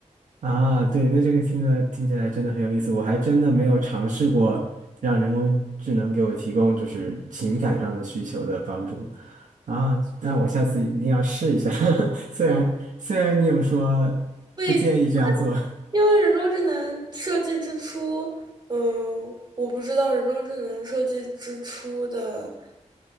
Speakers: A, on the right (about 80°); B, on the right (about 35°).
A: 啊，对，那这个听的听起来真的很有意思，我还真的没有尝试过让人工智能给我提供就是情感上的需求的帮助啊，那我下次一定要试一下。<laughs> 虽然虽然你有说不建议这样做
B: 不一定。因为人工智能设计之初，嗯，我不知道人工智能设计之初的，